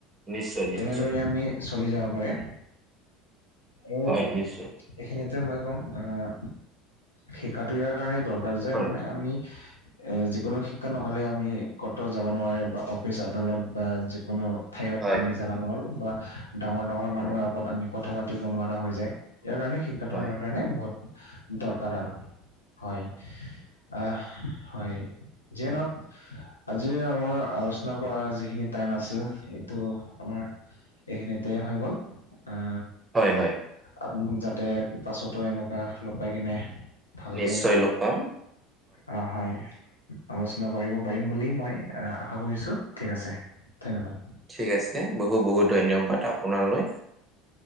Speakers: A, on the right (about 20°); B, on the left (about 80°).
A: নিশ্চয়, নিশ্চয়।
B: তেনেদৰে আমি চলি যাব পাৰে। আৰু
A: হয়, নিশ্চয়।
B: এইখিনিতে মই কওঁ আহ শিকাটো ইয়াৰ কাৰণে দৰকাৰ যে
A: হয়
B: মানে আমি এ যিকোনো শিক্ষা নহলে আমি কতও যাব নোৱাৰে বা অফিচ আদালত বা যিকোনো ঠাইত
A: হয়
B: আমি যাব নোৱাৰো বা ডাঙৰ-ডাঙৰ মানুহৰ
A: হয়
B: আগত আমি কথা পাতিব নোৱাৰা হৈ যায়। ইয়াৰ কাৰণে শিক্ষাটো
A: হয়
B: আমাৰ কাৰণে বহুত দৰকাৰ আৰু। হয়, আহ হয়। যিয়ে নক আজি আমাৰ আলোচনা কৰা যিখিনি টাইম আছিল এইটো আমাৰ এইখিনিতে হৈ গ'ল। আ
A: হয়, হয়।
B: আপোক যাতে পাছতো এনেকুৱা লগাই কিনে ভালকে,
A: নিশ্চয় লগ পাম
B: অ হয়। আলোচনা কৰিব পাৰিম বুলি মই আশা কৰিছো। ঠিক আছে, ধন্যবাদ।
A: ঠিক আছে। বহু বহুত ধন্যবাদ আপোনালৈ।